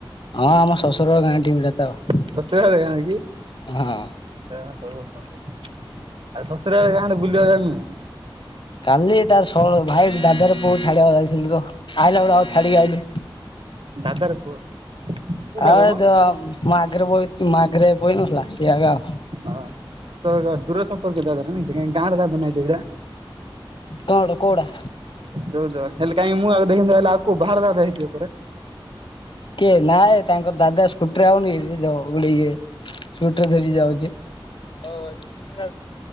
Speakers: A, on the left; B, on the right.
A: ହଁ ଆମ ଶଶୁର ଗାଁ ଟିମଟା ତ ଆଉ।
B: ଶଶୁର ଘର ଗାଁ କି?
A: ହଁ।
B: ଆ ହୋଉ ହୋଉ ଆଉ ଶଶୁର ଘର ଗାଁ ଆଡେ ବୁଲିବାକୁ ଯାଉନୁ?
A: କାଲି ତାର ଶରଳ ଭାଇ ଦାଦାର ପୁଅକୁ ଛାଡିବାକୁ ଯାଇଥିଲୁ ତ ଆଇଲା ବେଳୁ ଆଉ ଛାଡିକି ଆଇଲୁ।
B: ଦାଦାର ପୁଅ। ତୁ ଦାଦା
A: ଆଉ
B: ମ
A: ଯୋଉ ମୋ ଆଗରେ ବଇ ମୋ ଆଗରେ ବଇନଥିଲା ସିଏ ଆଗା।
B: ହଁ ତ ଦୂର ସମ୍ପର୍କ ଦାଦାଟା ନାକି ଗାଁର ଦାଦା ନାଇଁ ତ ଏଗିଡା।
A: କଣ ଲୋ କୋଉଡା?
B: ଯୋଉ ତ ହେଲେ କାଇଁକି ମୁଁ ଆଗ ଦେଖିନି ତ ହେଲେ ଆଉ କୋଉ ବାହାର ଯାଗାଟା ହେଇଥିବ ପରା।
A: କିଏ ନାଇଁ ତାଙ୍କର ଦାଦା ସ୍କୁଟିରେ ଆଉନି କି ସିଏ ଯୋଉ ଗୋଟେ ଇଏ ସ୍କୁଟି ଧରିକି ଯାଉଚି